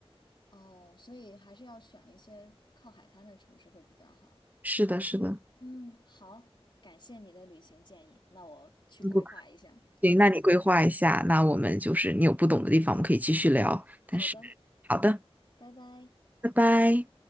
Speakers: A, on the left (about 50°); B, on the right (about 15°).
A: 哦，所以还是要选一些靠海滩的城市会比较好。
B: 是的，是的。
A: 嗯，好，感谢你的旅行建议，那我去规划一下。
B: 嗯不行，
A: 嗯，
B: 那你规划一下，那我们就是你有不懂的地方，我们可以继续聊。但是，
A: 好的，
B: 好的，
A: 拜拜。
B: 拜拜。